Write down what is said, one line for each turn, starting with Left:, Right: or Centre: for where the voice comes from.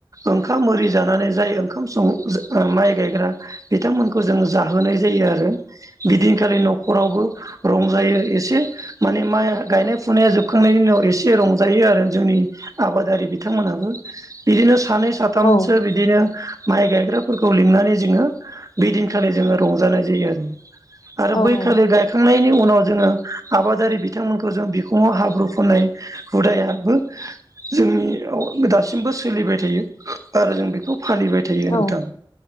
Right: ओंखाम ओरि जानानै जाय ओंखाम सं ओ माइ गायग्रा बिथांमोनखौ जों जाहोनाय जायो आरो। बिदिनखालि न'खरावबो रंजायो एसे माने माइ गायनाय फुनाया जोबखांनायनि उनाव एसे रंजायो आरो जोंनि आबादारि बिथांमोनाबो। बिदिनो सानै साथामसो
Left: औ
Right: बिदिनो माइ गायग्राफोरखौ लिंनानै जोङो बेदिनखालि जोङो रंजानाय जायो आरो आरो
Left: औ औ
Right: बैखालि गायखांनायनि उनाव जोङो आबादारि बिथांमोनखौ जों बि फुङाव हाब्रु फोननाय हुदायाबो जोंनियाव दासिमबो सोलिबाय थायो आरो जों बेखौ फालिबाय थायो
Left: औ
Right: नोंथां